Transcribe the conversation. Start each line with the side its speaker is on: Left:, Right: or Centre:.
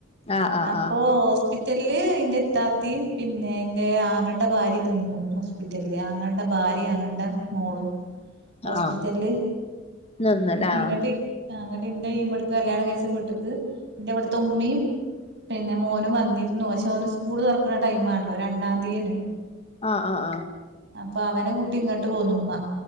Left: ആ ആ
Right: അപ്പൊ
Left: ആ
Right: ഹോസ് ഹോസ്പിറ്റലില് എന്റെ ഇത്തത്തിയും പിന്നെ എറെ അങ്ങ ങ്ങടെ ഭാര്യ മ് നിന്നു ഹോസ്പിറ്റലില് അങ്ങടെ ഭാര്യമ് അങ്ങടെ മോളും ഹോസ്പിറ്റല്
Left: ആ നിന്നല്ലേ ആ
Right: ഇങ്ങൻഡ്അ എങ്ങൻഡ് ഇ ബടത്തെ കല്യാണം കഴിച്ച വീട്ട്ക്ക് എന്റെ അവിടുത്തെ ഉമ്മീം പിന്നെ മോനും വന്നിരുന്നു പക്ഷെ ഓനും സ്കൂള് തുറക്കുന്ന പക്ഷെ ടൈമാ ണല്ലോ രണ്ടാം തീയേന്
Left: ആ ആ ആ
Right: അപ്പൊ അവനെ കൂട്ടി ഇങ്ങോട്ട് പോണു ഉമ്മ